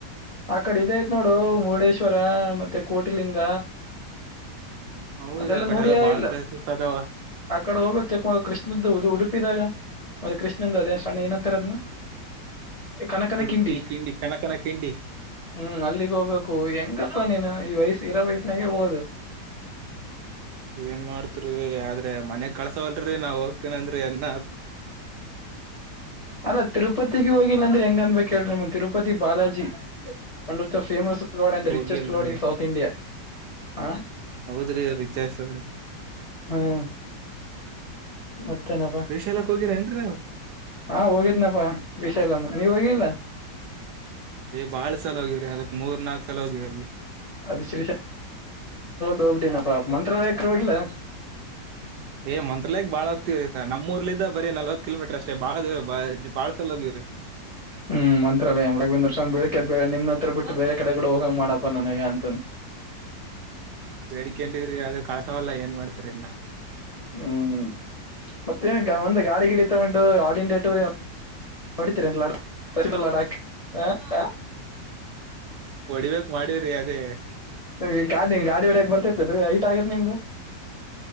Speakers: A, on the left; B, on the right.
A: ಆ ಕಡೆ ಇದ ಆಐ್ತ್ ನೋಡು ಮುರುಡೇಶ್ವರ ಮತ್ತೆ ಕೋಟಿಲಿಂಗ
B: ಹೌದ್ರಿ
A: ಅದೆಲ್ಲಾ
B: ಆ ಕಡೆ
A: ನೋಡಿಯ
B: ಎಲ್ಲ ಬಾಳ
A: ಇಲ್ಲ
B: ಪ್ಲೇಸಸ್ ಅದಾವ
A: ಆ ಕಡೆ ಹೋಗ್ಬೇಕಕ್ ಚಕ್ಮ ಕೃಷ್ಣದ್ದ ಉಡುಪಿದಾಗ ಮತ್ತೆ ಕೃಷ್ಣಿಂದ ಅದೇ ಸಣ್ಣ ಏನಂತಾರೆ ಅದ್ನ್ನ ಕನಕನ
B: ಉಡುಪಿ
A: ಕಿಂಡಿ
B: ಕನಕನ ಕಿಂಡಿ
A: ಹ್ಮ್ ಅಲ್ಲಿಗ್ ಹೋಗ್ಬೇಕು ಹೆಂಗ ಪ್ಪ ನೀನು ಈ ವಯಸ್ಸ ಇರೋ ವಯಸ್ಸಿನಾಗೆ ಹೋದು
B: ಏನ್ ಮಾಡ್ತ್ರಿ ಆದ್ರೆ ಮನೆಗ್ ಕಳ್ಸವಲ್ರಿ ನಾವ್ ಹೋಗ್ತನ ಅಂದ್ರಿ ಎನ್
A: ಅದ ತಿರುಪತಿಗೆ ಹೋಗಿಲ್ಲ ಅಂದ್ರೆ ಹೆಂಗ ಅನ್ಬೇಕು ಕೇಳ್ರ ತಿರುಪತಿ ಬಾಲಾಜಿ ಒಂದ ಫೇಮಸ್ ಗಾಡ್ ಅಂದ್
B: ಹೋಗಿಲ್ರಿ
A: ರಿಚೆಸ್ಟ್ ಗಾಡ್ ಇನ್ ಸೌತ್ ಇಂಡಿಯಾ ಹ
B: ಹೌದ್ರಿ ರಿಚೇಶ್ವಳ
A: ಹ್ಮ್ ಮತ್ತೇನಪ್ಪಾ
B: ವಿಷ ಎಲ್ಲಕ್ ಹೋಗಿರ ಏನ್ರೀ ನಾವು
A: ಹಾ ಹೋಗಿದ್ನಪ್ಪಾ ವಿಶಾಲಮ್ಮ ನೀವ್ ಹೋಗಿಲ್ಲ
B: ಬಾಳ್ ಸಲ ಹೋಗಿವವ್ರಿ ಅದಕ್ ಮೂರ್ ನಾಕ್ ಸಲ ಹೋಗಿವ ಅಲ್ಲಿ
A: ಅದು ಶ್ರೀ ಹೋಗ್ಬಿಟ್ಟನಪ್ಪಾ ಮಂತ್ರಾಲಯಕರು ಹೋಗಿಲ್ಲ
B: ಏ ಮಂತ್ರಾಲಯಗ ಬಾಳ ಹ ಆಗ್ತಿವರಿ ಸ ನಮ್ಮೂರ್ಲಿ ಇದ್ದಾಗ ಬರೀ ನಲ್ವತ್ ಕಿಲೋಮೀಟರ್ ಅಷ್ಟೇ ಬಾಳ ದೂರ ಬಾಳಸಲ್ ಹೋಗೀವರಿ
A: ಹ್ಮ್ ಮಂತ್ರಾಲಯ ರಾಘವೇಂದ್ರ ಸ್ವಾಮಿ ಬೆಳಿಗ್ಗೆ ನಿನ್ನ ಹತ್ರ ಬಿಟ್ಟು ಬೇರೆ ಕಡೆ ಕೂಡ ಹೋಗಂಗ್ ಮಾಡಪ್ಪಾ ನನಗೆ ಅಂತ ಅಂದ
B: ಬೇಡಿಕೆಂಡವಿರೀ ಅದೇ ಕರಕವಲ ಏನ ಮಾಡ್ತೀರಿ ಇನ್ ಮಾಡ್ತರಿ ಇನ್ನ
A: ಹ್ಮ್ ಮತ್ತೇನ ಮುಂದ ಗಾಡಿ ಗಿಡ ತಗೊಂಡು ಆಲ್ ಇಂಡಿಯಾ ಟೂರಯನ ವಡಿತರ ಏನ ಲಡಾಕಾ ಲಡಾಕ್ ಹ ಹ
B: ಹೊಡಿಬೇಕ್ ಮಾಡವ್ರಿ ಅದೇ.
A: ಈ ಗಾಡಿ ಗಾಡಿ ಒಡೆಕಗ ಬರ್ತೇತಿ ಹೈಟ್ ಆಗೇದ ನಿಮಗ